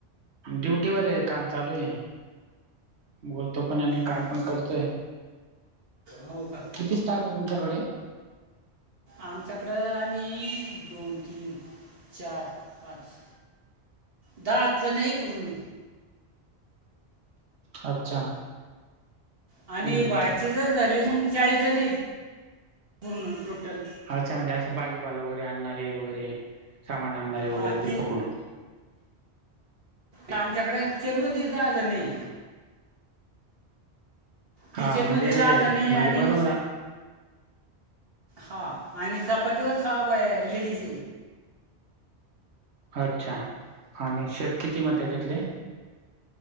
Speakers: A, on the right; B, on the right.
A: ड्युटीवर आहे काम चालू आहे बोलतो पण आणि
B: हो
A: काम पण
B: का
A: करतोय.
B: हो का.
A: किती स्टाप आहे तुमच्याकडे.
B: आमच्याकडं आम्ही दोन तीन चार पाच. दडहा तर नाही पुढण.
A: अच्छा. हम्म
B: आणि बाहेरचे जर ले मग चाळीस जण पूर्ण टोटल.
A: हा चांगलं असं भाजीपाला वगैरे आणणारे वगैरे सामान आणणारे वगैरे
B: हा
A: ते
B: की
A: पकडून.
B: आमच्याकडे जन्मदस दहा जण नाही. किचनमध्येध्ये
A: हा म्हणजे
B: दहा जण आणि
A: म्हणजे बनवणार
B: हा आणि चपातीवर साब बाया लेडीज.
A: अच्छा आणि शेप किती मत त्यातले.